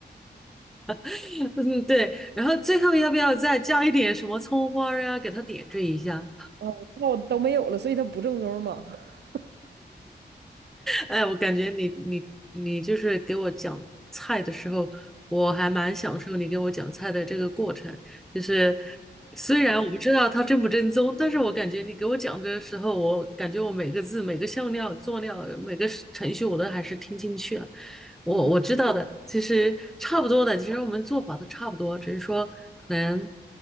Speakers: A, in the centre; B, on the right.
A: <laughs> 嗯对，然后最后要不要再加一点什么葱花呀，给它点缀一下？
B: 啊，那我都没有了，所以它不正宗嘛。<laughs>
A: 哎，我感觉你你你就是给我讲菜的时候，我还蛮享受你给我讲菜的这个过程。就是虽然我不知道它正不正宗，但是我感觉你给我讲的时候，我感觉我每个字、每个香料、佐料、每个是程序，我都还是听进去了。我我知道的，
B: 嗯
A: 其实差不多的，其实我们做法都差不多，只是说可能